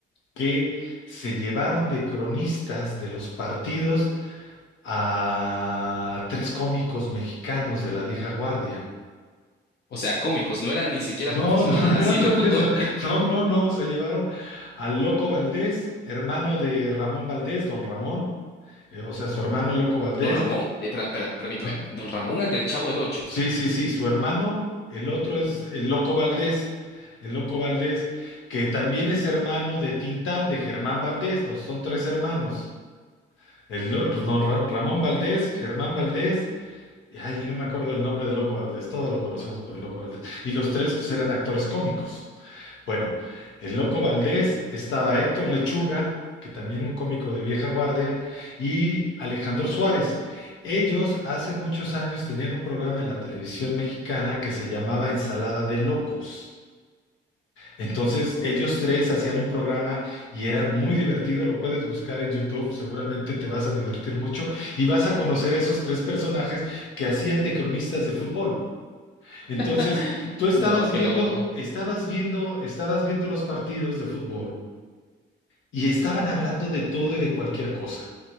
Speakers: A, on the left; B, on the left.
A: Que se llevaron de cronistas de los partidos a tres cómicos mexicanos de la vieja guardia.
B: O sea, cómicos, no eran ni siquiera
A: No,
B: profesionales
A: no, <laughs> no
B: así,
A: eran
B: locutor.
A: profesionales. No, no, no. Se llevaron al Loco Valdés, hermano de Ramón Valdés, don Ramón. eh, o sea, su hermano el Loco Valdés.
B: Don Ramón, eh, per- per- permíteme,
A: ¿no?
B: Don Ramón, el del Chavo del Ocho.
A: Sí, sí, sí, su hermano. El otro es el Loco Valdés. El Loco Valdés, que también es hermano de Tintán, de Germán Valdés. Los son tres hermanos. El, lo- don Ra- Ramón Valdés, Germán Valdés. Y ay, no me acuerdo el nombre del Loco Valdés. Todos lo conocemos por el Loco Valdés. Y los tres, pues, eran actores cómicos. Bueno, el Loco Valdés, estaba Héctor Lechuga, que también un cómico de vieja guardia, y Alejandro Suárez. Ellos hace muchos años tenían un programa en la televisión mexicana que se llamaba Ensalada de Locos. Entonces, ellos tres hacían un programa y era muy divertido, lo puedes buscar en YouTube, seguramente te vas a divertir mucho y vas a conocer a esos tres personajes que hacían de cronistas de fútbol. Entonces,
B: <laughs>
A: tú estabas
B: No, qué
A: viendo,
B: loco.
A: estabas viendo, estabas viendo los partidos de fútbol y estaban hablando de todo y de cualquier cosa,